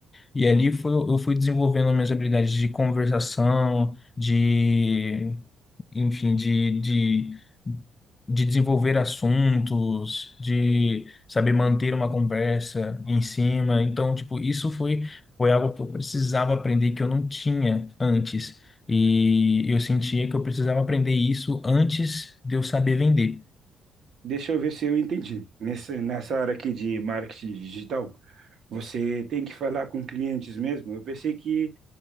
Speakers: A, on the left; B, on the right.
A: E ali foi, eu fui desenvolvendo minhas habilidades de conversação, de, enfim, de, de, de desenvolver assuntos, de saber manter uma conversa em cima. Então, tipo, isso foi, foi algo que eu precisava aprender que eu não tinha antes. E eu sentia que eu precisava aprender isso antes de eu saber vender.
B: Deixa eu ver se eu entendi. Nessa, nessa área aqui de marketing digital, você tem que falar com clientes mesmo. Eu pensei que